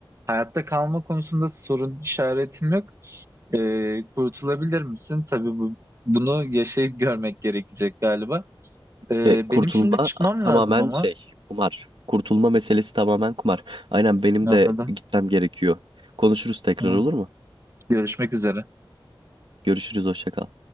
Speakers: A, on the right; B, on the right.
A: hayatta kalma konusunda sorun işaretim yok. Ee, kurtulabilir misin? Tabii bu, bunu yaşayıp görmek gerekecek galiba.
B: İşte
A: Ee,
B: kurtulma
A: benim şimdi çıkmam
B: a- tamamen
A: lazım ama.
B: şey, kumar. Kurtulma meselesi tamamen kumar. Aynen benim
A: Anladım.
B: de gitmem gerekiyor. Konuşuruz tekrar
A: Tamam.
B: olur mu?
A: Görüşmek üzere.
B: Görüşürüz, hoşça kal.